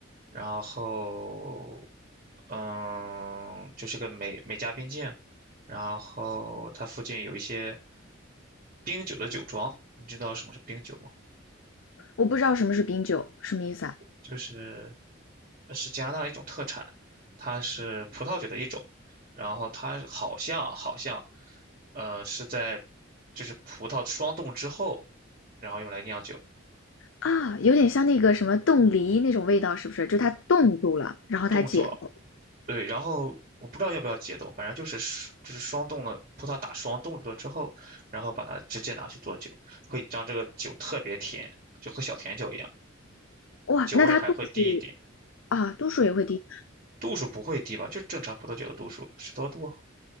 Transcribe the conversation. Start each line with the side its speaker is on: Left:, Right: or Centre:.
Right: 然后，嗯，就是个美美加边境，然后它附近有一些冰酒的酒庄，你知道什么是冰酒吗？
Left: 我不知道什么是冰酒，什么意思啊？
Right: 就是呃是加拿大的一种特产，它是葡萄酒的一种，然后它好像啊好像，呃，是在就是葡萄霜冻之后，然后用来酿酒，
Left: 啊，有点像那个什么冻梨那种味道，是不是？就是它冻住了，然后它解冻。
Right: 冻住了，对，然后我不知道要不要解冻，反正就是双就是霜冻了，葡萄打霜冻住了之后，然后把它直接拿去做酒，会将这个酒特别甜，就和小甜酒一样，
Left: 哇，
Right: 酒味儿还会低一点，
Left: 那它度数啊，度数也会低
Right: 度数不会低吧？就正常葡萄酒的度数，十多度，